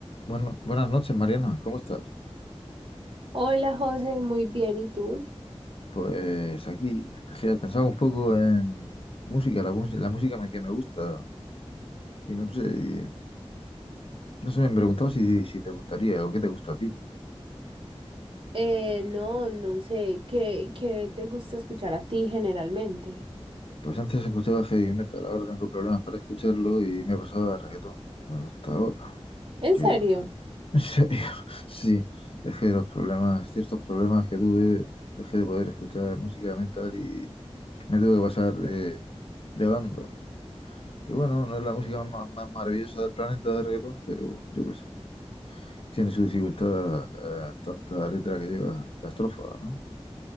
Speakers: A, on the left (about 55°); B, on the right (about 50°).
A: Bueno, buenas noches, Mariana. ¿Cómo estás?
B: Hola José, muy bien, ¿y tú?
A: Pues aquí, especial, pensaba un poco en música, la, mus- la música me- que me gusta. Y no sé, y no sé, me han preguntado si, si te gustaría o qué te gusta a ti.
B: Eh, no, no sé, ¿qué, qué te gusta escuchar a ti generalmente?
A: Pues antes escuchaba heavy metal, ahora tengo problemas para escucharlo y me he pasado a reggaetón. Hasta ahora.
B: ¿En
A: Que,
B: serio?
A: <laughs> en serio, sí, es que los problemas, ciertos problemas que tuve, dejé de poder escuchar música metal y me tuve que pasar de, de bando. Y bueno, no es la música más, más maravillosa del planeta de reggaetón, pero yo qué sé. Tiene su dificultad, eh, tanta letra que lleva la estrofa, ¿no?